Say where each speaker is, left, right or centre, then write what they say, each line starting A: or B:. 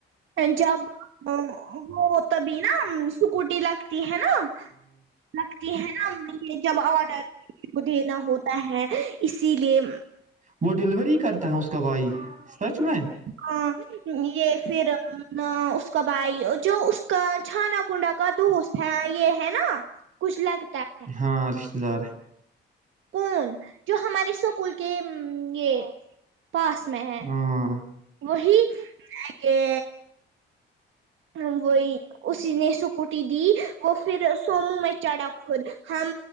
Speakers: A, on the right; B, on the right.
A: جب وہ تبھی نا سکوٹی لگتی ہے نا لگتی ہے نا جب آڈر کو دینا ہوتا ہے اسی لیے
B: وہ ڈیلیوری کرتا ہے اس کا بھائی سچ میں
A: ہاں یہ پھر اس کا بھائی جو اس کا چھانا کنڈا کا دوست ہے یہ ہے نا کچھ لگتا ہے
B: ہاں رشتے دار
A: کون جو ہمارے اسکول کے یہ پاس میں ہے
B: ہاں
A: وہی آگے ہ وہی اسی نے سکٹی دی اور پھر سومو میں چڑھا خود ہم